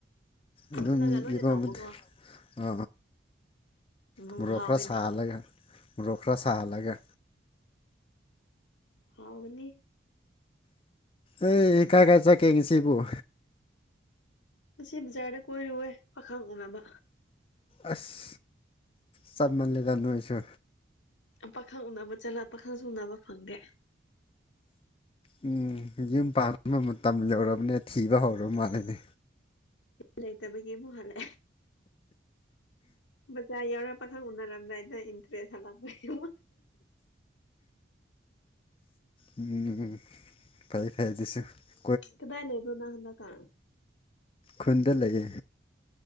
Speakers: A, on the left; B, on the left.
A: ꯐꯨꯠꯂꯒ
B: ꯑꯗꯨꯝ
A: ꯂꯣꯏꯅ
B: ꯢꯔꯣꯟꯕ
A: ꯇꯧꯕꯀꯣ
B: ꯑ
A: ꯎꯝ
B: ꯃꯣꯔꯣꯛ
A: ꯍꯥꯎꯋꯦꯅꯦ
B: ꯈ꯭ꯔꯥ ꯁꯥꯍꯂꯒꯦ ꯃꯣꯔꯣꯛ ꯈ꯭ꯔꯥ ꯁꯥꯍꯂꯒꯦ
A: ꯍꯥꯎꯕꯅꯤ
B: ꯑꯩ ꯀꯥꯏ ꯀꯥꯏ ꯆꯠꯀꯦꯁꯤꯕꯨꯣ
A: ꯄꯁꯤ ꯖꯔꯗ ꯀꯣꯏꯔꯨꯋꯦ ꯄꯥꯈꯥ ꯅꯕ
B: ꯑꯁ ꯆꯞ ꯃꯜꯂꯦꯗ ꯅꯣꯏꯁꯨ
A: ꯄꯥꯈꯪ ꯎꯅꯕ ꯆꯠꯂ ꯄꯥꯈꯪꯁꯨ ꯎꯅꯕ ꯐꯪꯗꯦ
B: ꯎꯝ ꯌꯨꯝ ꯄꯥꯟꯕ ꯃꯇꯝ ꯌꯧꯔꯕꯅꯦ ꯊꯤꯕ ꯍꯧꯔꯕ ꯃꯥꯜꯂꯦꯅꯦ
A: ꯂꯩꯇꯕꯒꯤꯕꯨꯣ ꯍꯥꯂꯦ ꯕꯖꯥ ꯌꯥꯎꯔꯛꯄꯥꯈꯛ ꯎꯅꯔꯝꯗꯥꯏꯗ ꯏꯟꯇꯔꯦꯁ ꯍꯜꯂꯛꯄꯩ
B: ꯎ ꯐꯥꯏ ꯐꯥꯏꯗꯤꯁꯨ <unintelligible>
A: ꯀꯗꯥꯏ ꯂꯩꯕꯣ ꯅꯪ ꯍꯟꯗꯛ ꯀꯥꯟ
B: ꯈꯨꯟꯗ ꯂꯩꯌꯦ